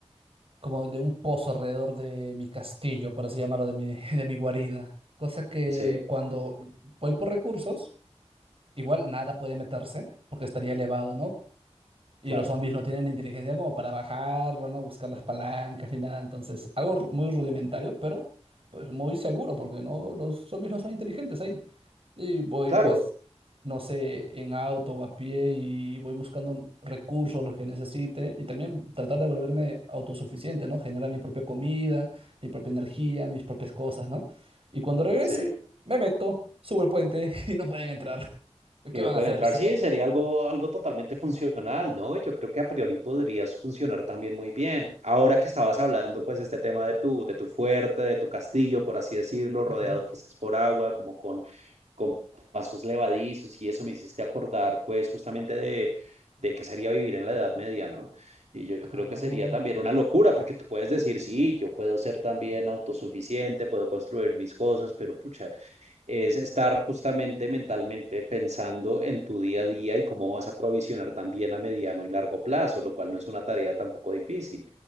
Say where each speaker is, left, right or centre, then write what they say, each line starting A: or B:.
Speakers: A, on the right (about 55°); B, on the right (about 80°).
A: como de un pozo alrededor de mi castillo, por así llamarlo, de mi, <laughs> de mi guarida. Cosa que
B: Sí,
A: cuando voy por recursos, igual nada puede meterse, porque estaría elevado, ¿no? Y
B: claro,
A: los zombies no tienen la inteligencia como para bajarlo, no buscar las palancas ni nada. Entonces, algo ru- muy rudimentario, pero pues muy seguro, porque no, los zombies no son inteligentes ahí. Y voy,
B: claro,
A: pues, no sé, en auto o a pie y voy buscando recursos, los que necesite. Y también tratar de volverme autosuficiente, ¿no? Generar mi propia comida, mi propia energía, mis propias cosas, ¿no? Y cuando regrese,
B: sí.
A: me meto, subo el puente <laughs> y no pueden entrar. ¿Qué
B: Y no
A: van
B: puede
A: a hacer?
B: entrar,
A: Se
B: sí,
A: cae.
B: sería algo, algo totalmente funcional, ¿no? Yo creo que a priori podrías funcionar también muy bien. Ahora que estabas hablando, pues, este tema de tu, de tu fuerte, de tu castillo, por así decirlo, rodeado
A: Ujú.
B: quizás por agua, como con con pasos levadizos y eso me hiciste acordar pues justamente de, de qué sería vivir en la Edad Media, ¿no? Y yo
A: Ah.
B: creo que sería también una locura porque tú puedes decir, sí, yo puedo ser también autosuficiente, puedo construir mis cosas, pero pucha, es estar justamente mentalmente pensando en tu día a día y cómo vas a provisionar también a mediano y largo plazo, lo cual no es una tarea tampoco difícil.